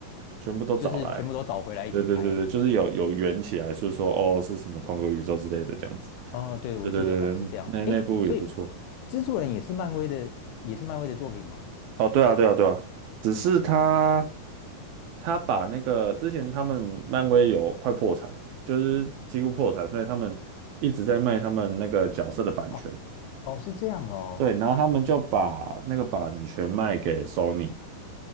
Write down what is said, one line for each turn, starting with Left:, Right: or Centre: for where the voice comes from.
Right: 全部都找来，
Left: 就是全部都找回来一起拍。
Right: 对对对对，就是有有圆起来，就是说哦是什么同个宇宙之类的这样子，
Left: 哦，对，我记得好像是这样。
Right: 对对对，对那那部也不错。
Left: 诶，所以蜘蛛人也是漫威的，也是漫威的作品吗？
Right: 哦，对啊对啊对啊，只是他。他把那个之前他们漫威有快破产，就是几乎破产，所以他们一直在卖他们那个角色的版权。
Left: 哦哦，是这样哦。
Right: 对，然后他们就把那个版权卖给 Sony，